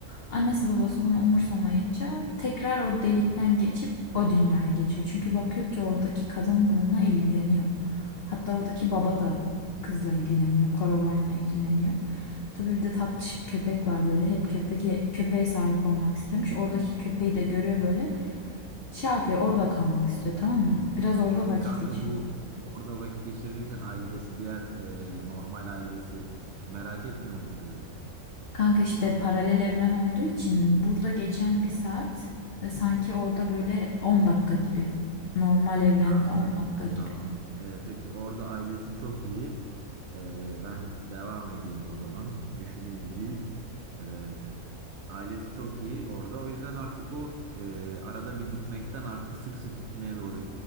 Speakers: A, on the left; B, on the right.
A: Annesi babası bunu umursamayınca tekrar o delikten geçip o dünyaya geçiyor. Çünkü bakıyor ki oradaki kadın bununla ilgileniyor. Hatta oradaki baba da kızla ilgileniyor. Coraline'la ilgileniyor. Tabii bir de tatlış bir köpek var böyle. Hep köpek köpeğe sahip olmak istemiş. Oradaki köpeği de görüyor böyle. Şey yapıyor orada kalmak istiyor tamam mı? Biraz orada
B: Peki
A: vakit
B: kanka
A: geçiriyor.
B: bu orada vakit geçirirken ailesi diğer e, normal ailesi merak etmiyor mu bu kızı?
A: Kanka işte paralel evren olduğu için burada geçen bir saat e, sanki orada böyle 10 dakika gibi. Normal evrende
B: Ha, anladım.
A: 10 dakika gibi.
B: Tamam. Ee, peki orada ailesi çok iyi. Ee, ben devam edeyim o zaman. Düşüneyim bir. Ee, Ailesi çok iyi orada. O yüzden artık o e, arada bir gitmekten artık sık sık gitmeye doğru